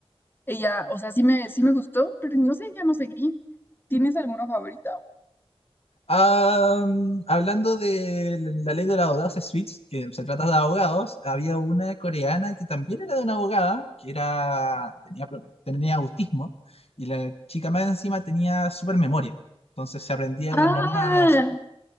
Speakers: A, on the left; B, on the left.
A: Ella, o sea, sí me, sí me gustó, pero no sé, ya no seguí. ¿Tienes alguno favorito?
B: Ah, mm, hablando de la ley de los abogados Suits, que se trata de abogados, había una coreana que también era de una abogada, que era, tenía, pro- tenía autismo, y la chica más encima tenía super memoria. Entonces se aprendía
A: Ah,
B: las normas.